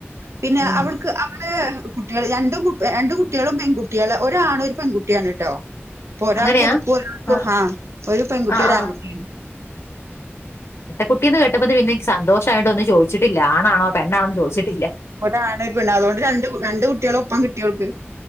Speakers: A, on the right; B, on the left.
A: പിന്നെ
B: ഉം
A: അവൾക്ക് ആ കുട്ടികൾ രണ്ടു രണ്ടു കുട്ടികളും പെൺകുട്ടികള് ഒരാണും ഒരു പെൺകുട്ടിയാണ് ട്ടോ. ഇപ്പൊ ഒരാൾക്ക്
B: അങ്ങനെയാ
A: ഉടുക്കും ഒരാൾക്ക്
B: ആഹ്
A: ഹാ ഒരു പെൺകുട്ടിം
B: ആഹ്
A: ഒരു
B: ആഹ്
A: ആൺകുട്ടിം.
B: കുട്ടീന്ന് കേട്ടപ്പോപിന്നെ സന്തോഷയോണ്ടുന്ന് ചോദിച്ചിട്ടില്ല ആാണാണോ പെണ്ണാണോന്ന്. ചോദിച്ചിട്ടില്ല
A: ഒരാണും ഒരു പെണ്ണും അതൊണ്ട് രണ്ട് രണ്ട് കുട്ടികളോപ്പം കിട്ടിയോൾക്ക്.